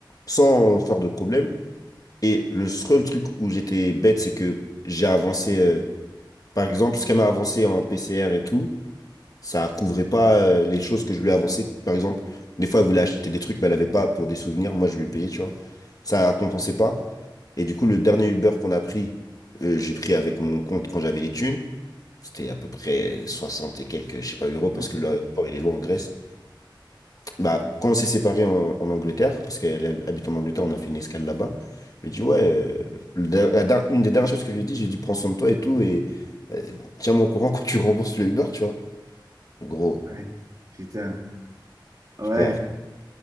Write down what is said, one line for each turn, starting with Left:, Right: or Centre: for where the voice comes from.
Left: sans faire de problème. Et le seul truc où j'étais bête, c'est que j'ai avancé, euh, par exemple, ce qu'elle m'a avancé en PCR et tout, ça couvrait pas, euh, les choses que je lui ai avancées. Par exemple, des fois, elle voulait acheter des trucs, mais elle avait pas pour des souvenirs. Moi, je lui payais, tu vois? Ça compensait pas. Et du coup, le dernier Uber qu'on a pris, euh, j'ai pris avec mon compte quand j'avais les thunes. C'était à peu près 60 et quelques, je sais pas, euros,
Right: ouais,
Left: parce que l'aéroport, il est loin en Grèce. Bah, quand on s'est séparés en, en Angleterre, parce qu'elle hab- habite en Angleterre, on a fait une escale là-bas. Je lui ai dit, ouais, euh, la- la der- une des dernières choses que je lui ai dit, j'ai dit, prends soin de toi et tout, et euh, tiens-moi au courant quand tu rembourses le Uber, tu vois. Gros,
Right: ouais. Putain, ouais,
Left: frère,